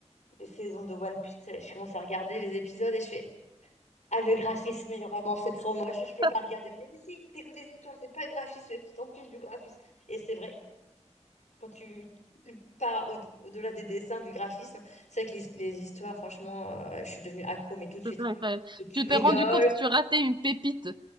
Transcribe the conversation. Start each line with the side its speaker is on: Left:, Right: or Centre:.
Left: des saisons de One Piece. et Je commence à regarder les épisodes et je fais, ah, le graphisme, il est vraiment, c'est trop moche, je peux
Right: <laughs>
Left: pas regarder. Mais, mais si, t'écoutes des histoires, c'est pas le graphisme, tu t'en fiches du graphisme. Et c'est vrai. Quand tu, tu pars au- au-delà des dessins, du graphisme, c'est vrai que les, les histoires, franchement, euh, je suis devenue accro, mais tout de suite.
Right: C'est incroyable.
Left: Tu tu
Right: Tu t'es
Left: rigoles,
Right: rendu compte que tu ratais une pépite.